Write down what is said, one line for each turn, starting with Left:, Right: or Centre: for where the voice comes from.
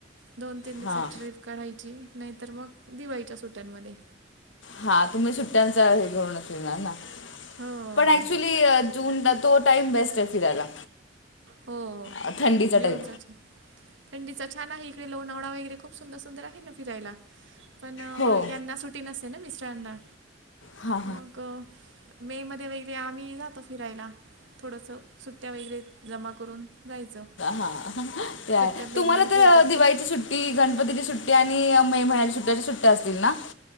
Right: दोन तीन दिवसात
Left: हां
Right: ट्रीप काढायची नाहीतर मग दिवाळीच्या सुट्यांमध्ये.
Left: हा तुम्ही सुट्ट्यांचा हे करूनच फिरणार ना
Right: हो
Left: पण ऍक्च्युली जूनला तो टाइम बेस्ट आहे फिरायला.
Right: हो
Left: अ, थंडीचा
Right: घेऊन
Left: टाईम
Right: जा चा थंडीचा छान आहे इकडे लोणावळा वगैरे खूप सुंदर सुंदर आहे ना फिरायला. पण
Left: हो
Right: यांना सुटी नसते ना मिस्टरांना
Left: हां
Right: मग मे मध्ये वगैरे आम्ही जातो फिरायला थोडंसं सुट्ट्या वगैरे जमा करून जायचं.
Left: हा अ हं हं ते आहे
Right: सुट्ट्या पेंडिंग
Left: तुम्हाला तर
Right: ठेवतात
Left: दिवाळीच्या
Right: ते
Left: सु टी गणपतीची सुट्टी आणि मे महिन्याची सुट्ट्या अश्या सुट्ट्या असतील ना?